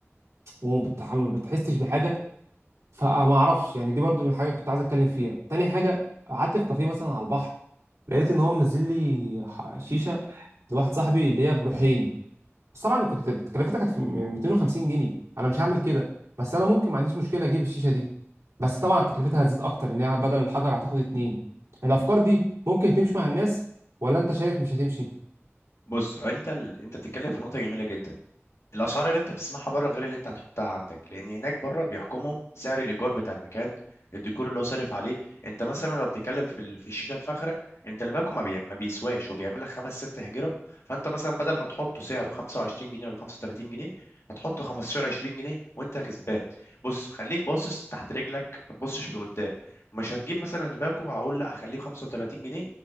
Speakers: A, on the right (about 80°); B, on the left (about 70°).
A: وما بتح- ما بتحسش بحاجه فما اعرفش يعني دي برضو حاجه كنت عايز اتكلم فيها تاني حاجه قعدت في كافيه مثلا على البحر لقيت ان هو منزل لي ح- شيشه لواحد صاحبي اللي هي بروحين بس طبعا كنت تكلفتها كانت في 250 جنيه انا مش هعمل كده بس انا ممكن ما عنديش مشكله اجيب الشيشه دي بس طبعا تكلفتها هتزيد اكتر لان هي بدل الحجر هتاخد اتنين الافكار دي ممكن تمشي مع الناس ولا انت شايف مش هتمشي
B: بص انت ال... انت بتتكلم في نقطة جميلة جدا الاسعار اللي انت بتسمعها بره غير اللي انت هتحطها عندك لان هناك بره بيحكمهم سعر الايجار بتاع المكان الديكور اللي هو صارف عليه انت مثلا لو بتتكلم في ال- في الشيشه الفاخره انت الباكو ما, بي... ما بيسواش وبيعمل لك خمس ست هجره فانت مثلا بدل ما تحطه سعره 25 جنيه ولا 35 جنيه هتحطه 15 20 جنيه وانت كسبان بص خليك باصص تحت رجلك ما تبصش لقدام مش هتجيب مثلا الباكو هقول لا هخليه ب 35 جنيه